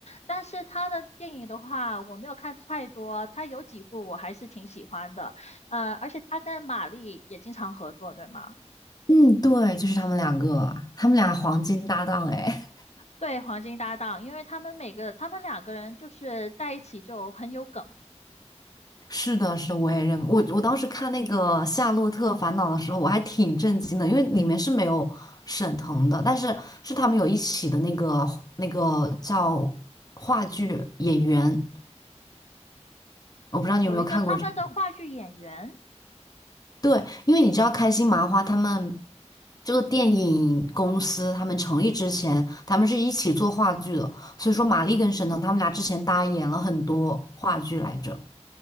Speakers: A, on the left; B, on the left.
A: 但是他的电影的话，我没有看太多，他有几部我还是挺喜欢的，呃，而且他跟马丽也经常合作，对吗？
B: 嗯，对，就是他们两个，他们俩黄金搭档哎。<laughs>
A: 对，黄金搭档，因为他们每个他们两个人就是在一起就很有梗。
B: 是的，是的，我也认我我当时看那个《夏洛特烦恼》的时候，我还挺震惊的，因为里面是没有沈腾的，但是是他们有一起的那个那个叫话剧演员。我不知道你有没有看过这个？
A: 有一个他们的话剧演员，
B: 对，因为你知道开心麻花他们这个电影公司，他们成立之前，他们是一起做话剧的，所以说马丽跟沈腾他们俩之前搭演了很多话剧来着。